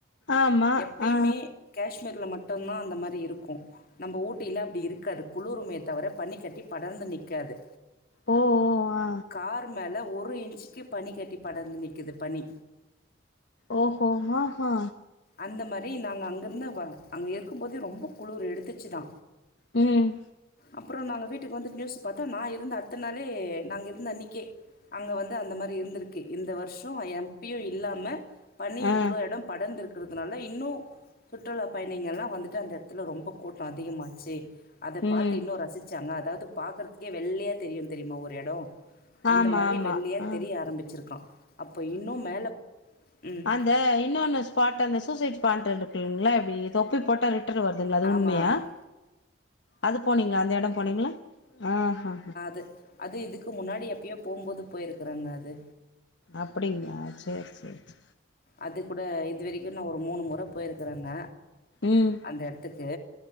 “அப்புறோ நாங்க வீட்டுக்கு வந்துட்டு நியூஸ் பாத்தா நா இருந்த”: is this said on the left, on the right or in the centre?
Left